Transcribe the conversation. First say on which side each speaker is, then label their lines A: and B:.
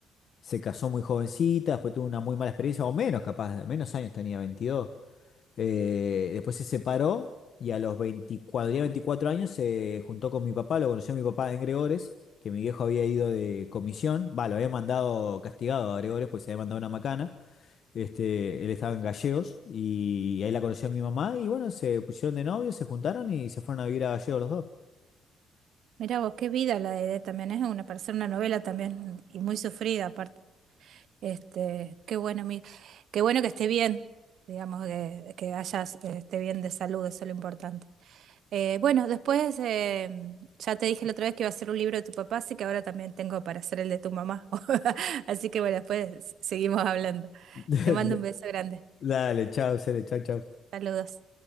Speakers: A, on the left (about 60°); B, on the right (about 70°).
A: se casó muy jovencita, después tuvo una muy mala experiencia, o menos capaz, menos años tenía, veintidós Eh, después se separó y a los 20 cuando tenía 24 años se juntó con mi papá, lo conoció mi papá en Gregores, que mi viejo había ido de comisión, va, lo había mandado castigado a Gregores, pues se había mandado una macana. Este, él estaba en Gallegos y ahí la conoció mi mamá y bueno, se pusieron de novios, se juntaron y se fueron a vivir a Gallegos los dos.
B: Mira vos, qué vida la de Edith también es una persona, una novela también, y muy sufrida aparte. Este, qué bueno, mi- qué bueno que esté bien, digamos, que, que hayas, eh, esté bien de salud, eso es lo importante. Eh, bueno, después, eh, ya te dije la otra vez que iba a hacer un libro de tu papá, así que ahora también tengo para hacer el de tu mamá. <laughs> Así que bueno, después seguimos hablando.
A: <laughs>
B: Te mando un beso grande.
A: Dale, chao, Cele, chao, chao.
B: Saludos.